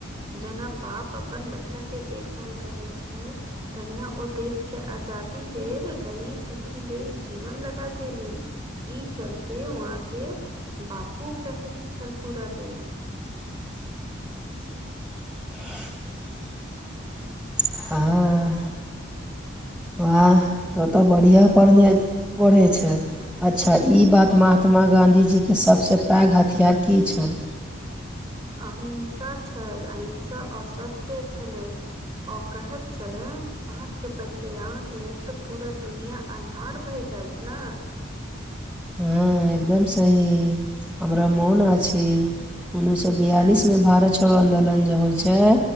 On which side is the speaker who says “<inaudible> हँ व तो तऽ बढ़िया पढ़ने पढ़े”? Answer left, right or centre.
Centre